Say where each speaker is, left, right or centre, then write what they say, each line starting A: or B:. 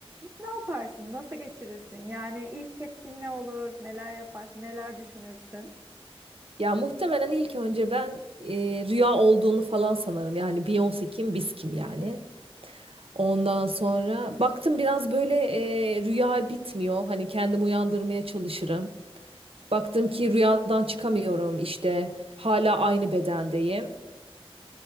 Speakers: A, on the right; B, on the right.
A: Ne yaparsın? Nasıl geçirirsin? Yani ilk tepkin ne olur? Neler yaparsın? Neler düşünürsün?
B: ya muhtemelen ilk önce ben e, rüya olduğunu falan sanırım. Yani Beyoncé kim biz kim yani. Ondan sonra baktım biraz böyle e, rüya bitmiyor. Hani kendimi uyandırmaya çalışırım. Baktım ki rüyadan çıkamıyorum işte. Hala aynı bedendeyim.